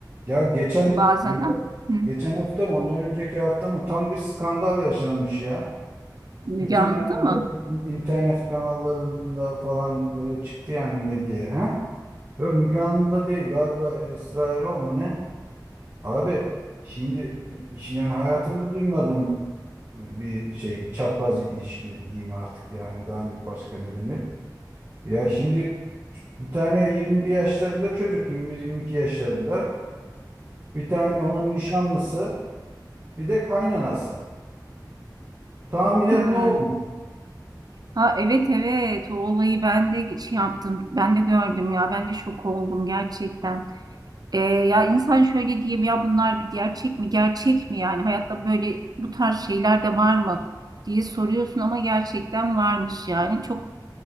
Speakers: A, on the right; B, on the right.
A: Ya geçen
B: bazen.
A: geçen
B: ha Hı.
A: geçen hafta mı ondan önceki hafta mı tam bir skandal yaşanmış ya.
B: Müge
A: Bütün
B: anladı
A: herhalde
B: mı?
A: internet kanallarında falan böyle çıktı yani medyaya ha. Ve Müge Anlı'da değil galiba Esra Erol mu ne? Abi şimdi i- iş- yani hayatımda duymadığım bir şey çapraz ilişki diyeyim artık yani daha hani başka ne denir? Ya şimdi bir tane 20'li yaşlarında çocuk 21-22 yaşlarında bir tane onun nişanlısı bir de kaynanası. Tahmin et
B: Hı.
A: ne olmuş?
B: Ha evet evet o olayı ben de şey yaptım. Ben de gördüm ya. Ben de şok oldum gerçekten. Ee, ya insan şöyle diyeyim ya bunlar bir gerçek mi? Gerçek mi yani? Hayatta böyle bu tarz şeyler de var mı diye soruyorsun ama gerçekten varmış yani. Çok